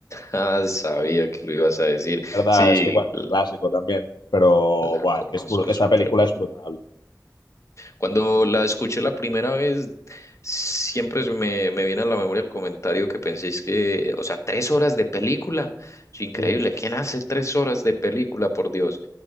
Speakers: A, on the left; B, on the left.
A: Ah, sabía que lo ibas a decir.
B: verdad,
A: Sí,
B: es que bueno,
A: l-
B: es un clásico también, pero
A: la
B: buah,
A: conozco
B: es que es bru- esta
A: súper
B: película
A: bien.
B: es brutal.
A: Cuando la escuché la primera vez, siempre se me, me viene a la memoria el comentario que penséis que, o sea, tres horas de película. Es increíble,
B: Sí,
A: ¿quién hace tres horas de película, por Dios?